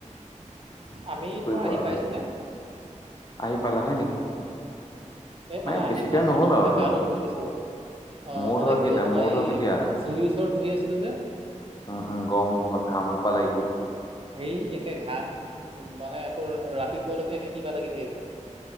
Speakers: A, on the right; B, on the left.
A: আমি
B: কি
A: তোমাৰ
B: কৰিবা
A: আহি
B: আৰু
A: পাইছো হে
B: আহি পালাহে নেকি
A: এ মানে
B: বেছি
A: আহি পাই
B: টাইম
A: মই
B: নহ'ল
A: লগতে
B: আৰু ধৰা
A: গাটো ধুই দিছো অ
B: মোৰ
A: মানে
B: ধৰা
A: কিয়
B: কেইটা
A: জানা
B: মোৰ
A: এই
B: ধৰা কেতিয়া
A: জুইৰ ওচৰত বহি আছিলো যে
B: উম উম গম ঘাম হোপা লাগি গ'ল
A: হেই একে ঘাম উ মানে আকৌ ৰাতিপুৱালৈকে একে কিবা লাগি থাকিব